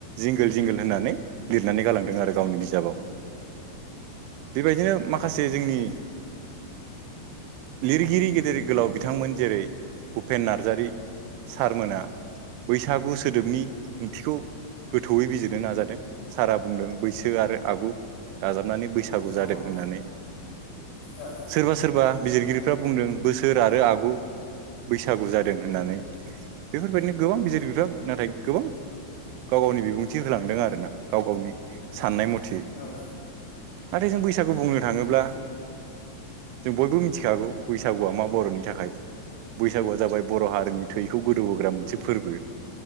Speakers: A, on the right; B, on the left.
A: जिंगोल जिंगोल होनानै लिरनानै गालांदों आरो गावनि बिजाबाव बेबायदिनो माखासे जोंनि लिरगिरि गेदेर गोलाव बिथांमोन जेरै भुपेन नार्जारि सारमोना बैसागु सोदोबनि ओंथिखौ गोथौयै बिजिरनो नाजादों सारा बुंदों बैसो आरो आगु दाजाब दाजाबनानै बैसागु
B: औ
A: जादों
B: औ
A: होननानै
B: औ
A: सोरबा सोरबा बिजिरगिरिफ्रा बुंदों बोसोर आरो आगु बैसागु जादों होननानै बेफोरबायदिनो गोबां बिजिर बोदों नाथाय गोबां गाव गावनि बिबुंथि होलांदों आरोना गाव गावनि साननाय मथे
B: औ
A: नाथाय जों बैसागु बुंनो थाङोब्ला जों बयबो मिथिखागौ बैसागुआ मा बर'नि थाखाय बैसागुआ जाबाय बर' हारिनि थैखौ गोदौहोग्रा मोनसे फोरबो